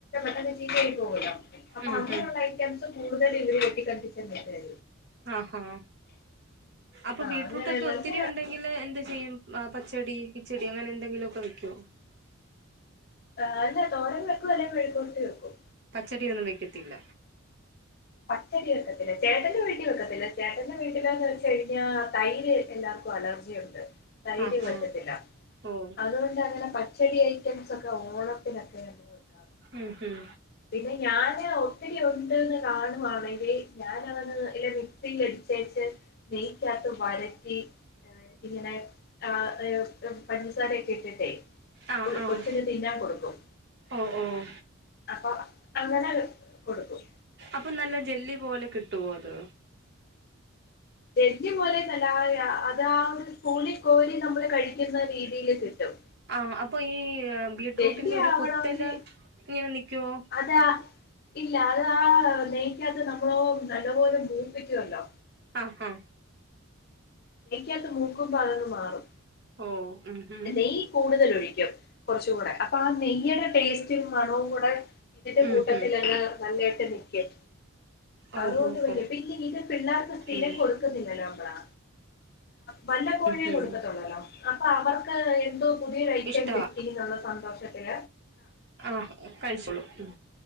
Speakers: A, on the left (about 45°); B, on the right (about 50°).
A: കല്ല പ ചീത്തആ യി പോകുമല്ലോ അപ്പൊ
B: ഉം
A: അങ്ങനെയുള്ള
B: ഉം
A: ഐറ്റംസ് കൂടുതലും ഇവര് വെട്ട്ടി കണ്ടിച്ചതരുന്നത്
B: ആഹഹ അപ്പൊ
A: ആഹ്
B: ബീറ്റ്
A: അങ്ങനെ
B: റൂട്ടൊക്കെ
A: നല്ല
B: ഒത്തിരി ഉണ്ടെങ്കില് എന്ത് ചെയ്യും പച്ചടി കിച്ചടി അങ്ങനെ എന്തെങ്കിലുമൊ ക്കെ വെക്കോ
A: ആ അല്ലാ തോരൻ വെക്കും മെഴുക് വിരട്ടി വെക്കും
B: പച്ചടി ഒ ന്നും വെക്കത്തില്ല
A: പപച്ചടി വെക്കത്തില്ല ചേട്ടന്റെ വീട്ടിൽ വെക്കത്തില്ല ചേട്ടന്റെ വീട്ടിൽ എ ന്ന് വച്ചച്ച് കഴിഞ്ഞാ തൈര് എല്ലാർക്കും അലർജിഒ ണ്ട് തൈര്
B: ആഹാ
A: പറ്റത്തില്ല
B: ഓ
A: അതുകൊണ്ട് അങ്ങനെ പ ച്ചെടി ഐറ്റംസ് ഒക്കെ ഓണത്തിനൊക്കെ നമുക്ക് ക്കാം
B: ഉം ഹം
A: പിന്നെ ഞാന് ഒത്തിരി ഉണ്ടന്ന് കാണുവാണെങ്കിൽ ഞാ ൻ അതങ്ങ് ന ഇലെ മിക്സി എടുത്തു തഎടുത്ത് നെയ്ത്ത വരറ്റി ഇങ്ങനെ ആ പഞ്ചസാരയൊക്കെ ഇട്ടിട്ടേ
B: ആഹ്
A: ഒരു
B: ആഹ്
A: കൊച്ചി ന് തിന്നാൻ കൊടുക്കും
B: ഓ ഓ
A: അപ്പൊ അങ്ങനെ കൊടുക്കും
B: അപ്പൊ നല്ല ജെല്ലി
A: പിന്നെ
B: പോലെ കിട്ടുവോ അത്
A: ജെല്ലി പോലെന്നല്ല അതാ ഒരു കോരി കോരി നമ്മള് കഴിക്കുന്ന രീതിൽ കിട്ടും
B: ആഹ് അപ്പൊ ഈ ബീറ്റ്
A: ജെല്ലി
B: റൂട്ടിന്റെ ഒരു
A: ആവണമെങ്കിൽ
B: കുത്തല് ഇങ്ങനെ നി ക്കുവോ
A: അതാ ഇല്ല അത് ആ നെയ്ക്കാ ത്തു നമ്മ ളു നല്ലപോലെ മൂപ്പിക്കുമല്ലോ
B: ആഹ് ആഹ
A: നെയ്ക്കകത്ത് ത്തു മൂക്കുമ്പോ അതങ്ങു മാറും
B: ഓ ഉം ഉം
A: നെയ്യ് കൂടുതൽ ഒഴിക്കും കുറച്ചും കൂടെ അപ്പൊ ആ നെയ്യുടെ ടേസ്റ്റ് മണവും കൂടെ ഇതിന്റെ
B: ഉം
A: കൂട്ടത്തിലു
B: ഉം
A: നല്ലതാ യിട്ട് നിക്കും
B: ഓഹോ
A: അതുകൊണ്ട് ന
B: ഹോ
A: ല്ലത ഇത് പിള്ളേർക്ക് സ്ഥിരം
B: ഉം
A: കൊടുക്കുന്നില്ലല്ലോ നമ്മള് വല്ല പോഴുമേ
B: ഉം ഉം
A: കൊടുക്കത്തുള്ളല്ലോ അപ്പൊ അവർക്ക് എന്തോ പുതിയ ഐറ്റം
B: ഇഷ്ടവാ
A: കിട്ടി എന്നുള്ള സന്തോഷത്തില
B: ആഹ കഴിച്ചോളും ഉം